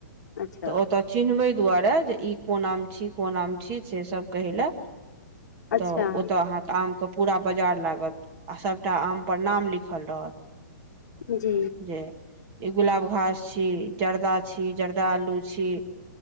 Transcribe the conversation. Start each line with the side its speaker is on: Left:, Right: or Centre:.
Left: अच्छा
Right: तऽ ओतऽ चिन्हबै दुआरे ई कोन आम छी कोन आम छी से सब कहै ल
Left: अच्छा
Right: तऽ ओ त आंहा के आम के पूरा बजार लागत आ सबटा आम पर नाम लिखल रहत
Left: जी
Right: जे ई गुलाब घास छी जर्दा छी जर्दा आलू छी